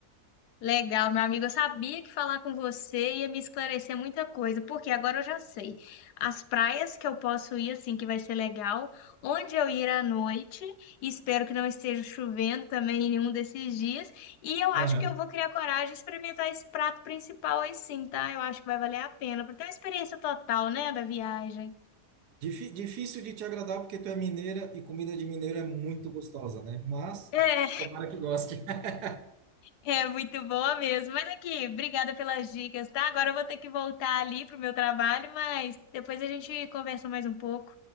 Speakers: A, on the left; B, on the right.
A: Legal, meu amigo. Eu sabia que falar com você ia me esclarecer muita coisa, porque agora eu já sei. As praias que eu posso ir, assim, que vai ser legal, onde eu ir à noite, e espero que não esteja chovendo também em nenhum desses dias. E eu acho
B: Aham.
A: que eu vou criar coragem de experimentar esse prato principal aí sim, tá? Eu acho que vai valer a pena, para ter uma experiência total, né, da viagem.
B: Difí- difícil de te agradar porque tu é mineira e comida de mineiro é muito gostosa, né? Mas
A: É,
B: tomara que goste. <laughs>
A: é muito boa mesmo. Mas aqui, obrigada pelas dicas, tá? Agora eu vou ter que voltar ali pro meu trabalho, mas depois a gente conversa mais um pouco.